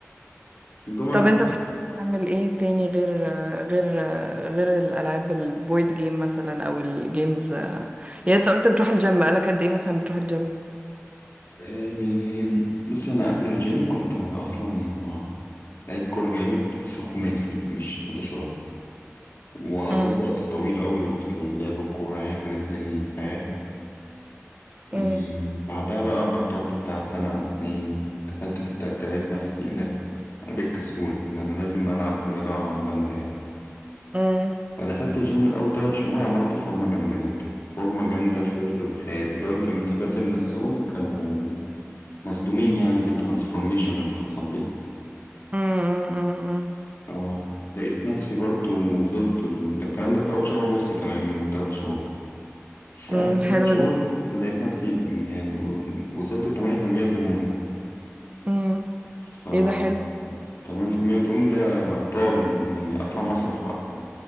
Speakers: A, on the left; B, on the right.
A: الدومنة
B: طب انت بتحب تعمل ايه تاني غير آه، غير آه، غير الالعاب البويد جيم مثلا او الجيمز آه، يعني انت قلت بتروح الجيم بقالك قد ايه مثلا بتروح الجيم
A: بقالي بصي أنا قبل الجيم كنت أصلا لعيب كورة جامد بس خماسي مش حداشرات وقضيت
B: امم
A: وقت طويل قوي في لعب الكورة يعني خدت مني حياة
B: امم
A: أمم، بعدها بقى بطلت بتاع سنة اتنين دخلت في التالتة لقيت نفسي إيه ده أنا بقيت كسول لأنه لازم ألعب رياضة جامدة يعني.
B: امم
A: فدخلت الجيم الأول تلات شهور عملت فورمة جامدة جدا فورمة جامدة فوق الخيال لدرجة إن الكباتن نفسهم كانوا مصدومين يعني بالترانسفورميشن اللي حصل لي
B: امم
A: آه لقيت نفسي برضو وصلت ال... ده الكلام ده في أول شهر ونص كمان من التلات شهور في
B: امم
A: آخر تلات
B: حلو
A: شهور
B: ده
A: لقيت نفسي يعني وصلت لتمانية في المية دهون
B: امم
A: فالتمانية
B: ايه ده حلو
A: في المية دهون ده أبطال يعني أطلع مسرح بقى